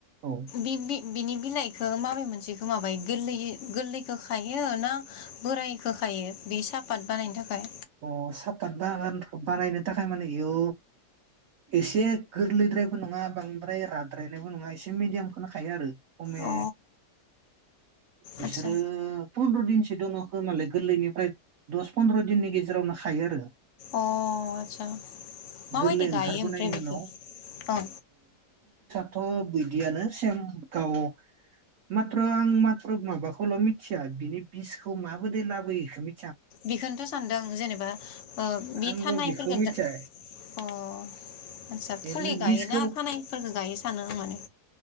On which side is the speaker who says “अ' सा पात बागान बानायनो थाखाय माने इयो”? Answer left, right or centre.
Right